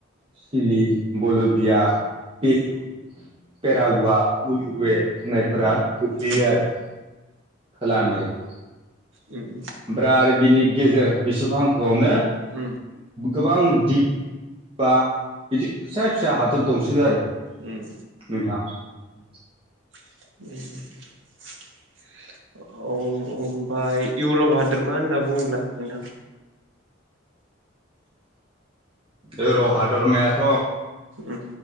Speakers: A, on the right; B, on the right.
A: सिलि, बलबिया, पिरु, पेरागुवा, उरुबे होननायफोरा गोग्लैयो
B: उम
A: आरो खोला आमेरकायाव
B: उम
A: ओमफ्राय आरो बिनि गेजेर बिस हांखोआवनो
B: उम
A: गोबां दिप बा बिदिनो फिसा फिसा हादर दंसो आरो
B: उम
A: नोंथां <inaudible>
B: <inaudible> ओमफ्राय इउरप हादरमा होनना बुङोब्ला नोंथां
A: <inaudible> इउरप हादरमायाथ
B: उम